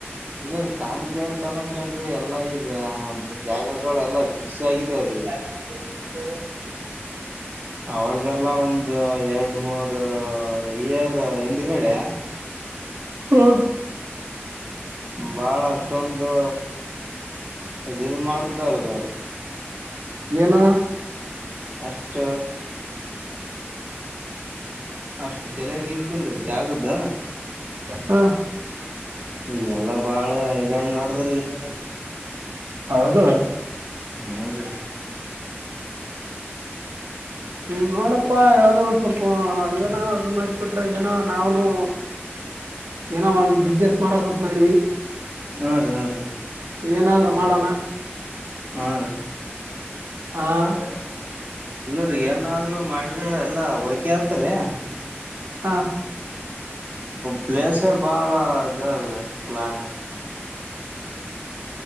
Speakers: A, on the right (about 40°); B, on the right (about 75°).
A: ಇಲ್ಲರೀ ಕಾಂಕಿಗ್ ನಕೇಏನ್ೀ ಎಲ್ಲಾ ಈಗ ಜಾಗ ಗಳ ಎಲ್ಲಾ ಿಕ್ಸ್ ಆಗಿದಾವ್ರೀ
B: ಹ
A: ಅವಾಗೆಲ್ಲ ಒಂದ ಎರಡು ಮೂರ್ ಇಯರ್ ಹಿಂದ್ಗಡೆ
B: ಹ್ಮ
A: ಬಾಳ ಅಷ್ಟೊಂದು ಇದದು ಮಾಡ್ದ ಅಲ್ರಿ
B: ನುೋ
A: ಅಷ್ಟ ಅಷ್ಟು ತಲಾಗ ಇದ್ದಲ್ರಿ ಜಾಗದ
B: ಹಾ
A: ಈಗೆಲ್ಲಾ ಬಾಳಾಣ ನಡದ್ರ ಇಲ್ಲಿನ
B: ಹೌದು
A: ಹ್ಮಞೂ ರೀ
B: ಹ್ಮ ನೋಡಪ್ಪಾ ಯಾವದೋ ಒಂದ ಸ್ವಲ್ಪ ಏನೋ ಅದು ಮಾಡಿಕೊಟ್ರೆ ಏನೋ ನಾವೂ ಏನೋ ಒಂದ್ ಬಿಸ್ನೆಸ್ ಮಾಡಕ್ಂತ ಮಾಡಿವಿ
A: ಹಾ ರೀ ಹಾ ರೀ
B: ಏನಾದ್ರೂ ಮಾಡೋಣ
A: ಹಾ ರೀ
B: ಆ ನ
A: ಎಲ್ಲರಿ ಏನಾದ್ರರು ಮಾಡಿದ್ರ ಎಲ್ಲಾ ಹೋಕೆ ಆತರಿ
B: ಹಾ
A: ಪ್ಲೇಸೇ ಬಾಳ ಇದ ಅದ್ರೀ ಪ್ಲಾಂಟ್